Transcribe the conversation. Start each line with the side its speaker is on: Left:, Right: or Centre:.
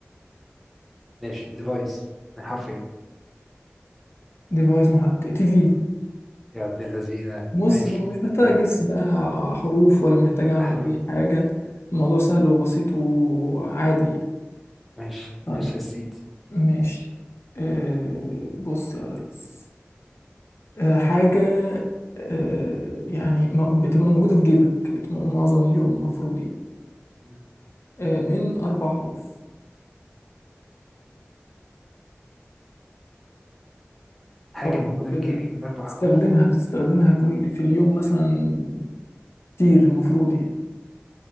Centre: ماشي ديفايس من حرفين
Left: ديفايس محدد تي في
Centre: يا ابن اللذينه
Left: بص
Centre: ماشي
Left: ده مش محتاج
Centre: حلو.
Left: اجس بقى حروف ولا محتاج اعمل
Centre: حروف
Left: اي حاجة الموضوع سهل وبسيط وعادي يعني
Centre: ماشي
Left: طيب
Centre: ماشي يا سيدي
Left: ماشي أه بص يا ريس أه حاجة أه يعني م- بتبقى موجودة في جيبك معظم اليوم مفروض يعني
Centre: مم.
Left: أه من أربع حروف
Centre: حاجه
Left: طب
Centre: موجوده
Left: كده
Centre: في جيبي من اربع حروف
Left: تستخدمها بتستخدمها كل في اليوم مثلا كتير المفروض يعني